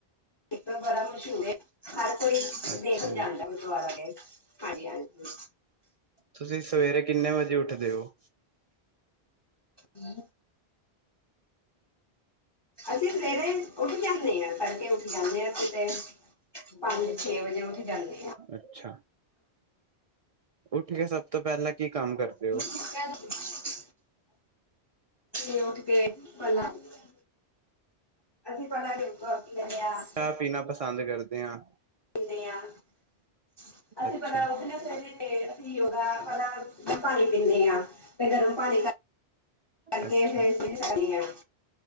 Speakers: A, on the left; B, on the right.
A: ਇੱਕ ਬੜਾ ਮਸ਼ਹੂਰ ਹੈ। ਹਰ ਤਈ
B: ਅੱਛਾ
A: ਦੇਖਣ
B: ਜੀ
A: ਜਾਂਦਾ ਗੁਰਦੁਆਰਾਂ' ਦੇ ਹਾਂਜੀ, ਹਾਂਜੀ।
B: ਤੁਸੀਂ ਸਵੇਰੇ ਕਿੰਨੇ ਵਜੇ ਉੱਠਦੇ ਹੋ?
A: ਹ। ਅਸੀਂ ਸਵੇਰੇ ਉੱਠ ਜਾਂਦੇ ਹਾਂ, ਕਰਕੇ ਉੱਠ ਜਾਂਦੇ ਹਾਂ ਕਿਤੇ। ਪੰਜ - ਛੇ ਵਜੇਂ ਉੱਠ ਜਾਂਦੇ ਆਂ।
B: ਅੱਛਾ, ਉੱਠ ਕੇ ਸਭ ਤੋਂ ਪਹਿਲਾਂ ਕੀ 'ਕੰਮ' ਕਰਦੇ ਹੋ।
A: ।ੀ ਉਠ ਕੇ ਪੱਲ <unintelligible> <unintelligible>
B: 'ਚਾਹ' ਪੀਣਾ ਪਸੰਦ ਕਰਦੇ ਹਾਂ।
A: ਕਰਦੇ ਆ ਅਸੀਂ
B: ਅੱਛਾ
A: ਪਤਾ ਉਹਦੇ ਨਾ ਕਹਿੰਦੇ। ਕੀ ਉਹ ਹੈ ਆਪਾਂ ਪਾਣੀ ਪੀਂਦੇ ਹਾਂ ਫਿਰ ਗਰਮ ਪਾਣੀ ਕਰ <unintelligible> ਕਰਕੇ
B: ਅੱਛਾ
A: ਫਿਰ 'ਸੈਰ' ਕਰਕੇ। <unintelligible>